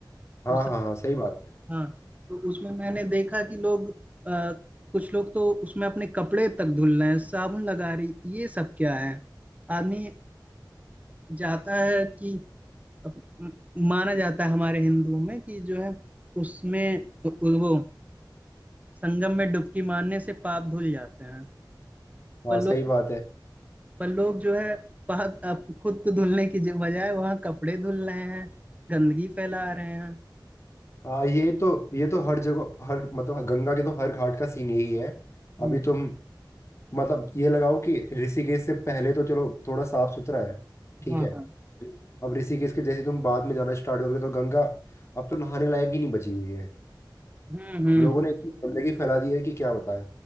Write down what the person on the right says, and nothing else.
वो संग,
हाँ तो उसमें मैंने देखा कि लोग अ, कुछ लोग तो उसमें अपने कपड़े तक धुल रहे हैं साबुन लगा रही ये सब क्या है आदमी जाता है कि अप- म- माना जाता है हमारे हिंदुओं में कि जो है उसमें वो संगम में डुबकी मारने से पाप धुल जाते हैं
पर लोग
पर लोग जो है बाहर अब खुद को धुलने की जो- बजाय वहां कपड़े धुल रहे हैं गंदगी फैला रहे हैं
हम्म,
हाँ
हाँ
हम्म हम्म